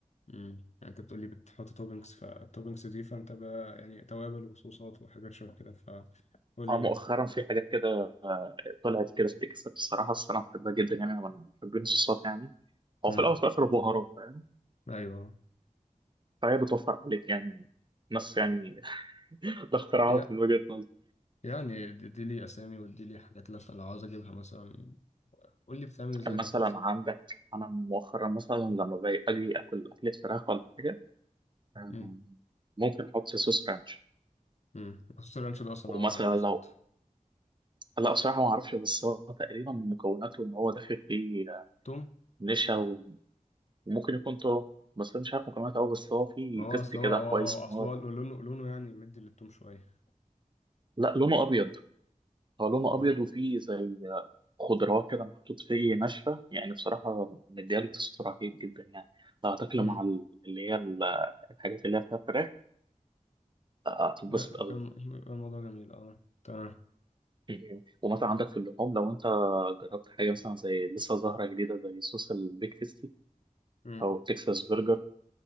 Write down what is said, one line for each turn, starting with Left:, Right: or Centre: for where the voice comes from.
Left: امم يعني انت بتقولي بتحط توبنجز فالتوبنجز دي فانت بقى يعني توابل وصوصات وحاجات شبه كده فقول
Right: اه
Left: لي
Right: مؤخرا
Left: يعني
Right: في حاجات كده آه، طلعت كده بتكسب الصراحه بس انا بحبها جدا يعني انا من محبين الصوصات يعني هو
Left: امم
Right: في الاول وفي الاخر بهارات فاهم
Left: ايوه
Right: فهي بتوفر عليك يعني ناس يعني <laughs> ده اختراعات
Left: يا
Right: من وجهه نظري
Left: يعني دي لي اسامي ودي لي حاجات لف- لو عاوز اجيبها مثلا قول لي بتعمل ازاي
Right: مثلا
Left: وهكذا
Right: عندك انا مؤخرا مثلا لما باجي اجي اكل اكله فراخ ولا حاجه آه،
Left: امم
Right: ممكن احط صوص رانش
Left: امم خصوص الرانش ده اصلا
Right: ومثلا
Left: عباره عن ايه بالظبط
Right: لو لا بصراحه ما اعرفش بس هو تقريبا من مكوناته ان هو داخل فيه آه،
Left: توم
Right: نشا وممكن يكون طرق بس انا مش عارف مكوناته قوي بس هو فيه
Left: ما هو
Right: تيست
Left: اصل
Right: كده
Left: هو هو
Right: كويس
Left: هو- اصل
Right: ان هو
Left: هو لونه لونه يعني مدي للتوم شويه
Right: لا لونه ابيض هو لونه
Left: هو
Right: ابيض وفيه زي خضروات كده محطوط فيه ناشفه يعني بصراحه مدياله تست رهيب جدا يعني اعتقد
Left: امم
Right: مع ال- اللي هي ال- الحاجات اللي هي فيها فراخ آه، آه، هتتبسط
Left: بقى- بقى-
Right: قوي
Left: بقى الموضوع جميل اه تمام
Right: يعني ومثلا عندك في اللحوم لو انت جربت حاجه مثلا زي لسه ظاهره جديده زي صوص البيك تيستي
Left: امم
Right: او تكساس برجر